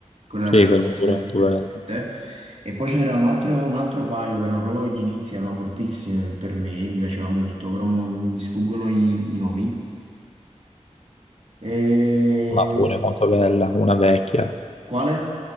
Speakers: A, on the right; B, on the left.
A: quella
B: Sì,
A: è la
B: quella
A: canzone
B: pure molto
A: più
B: bella.
A: forte. E poi ce n'era un altro, un altro paio che erano proprio gli inizi, erano fortissime per me, mi piaceva molto, però mo mi sfuggono i, i nomi. E...
B: Ma pure molto bella, una vecchia.
A: Quale?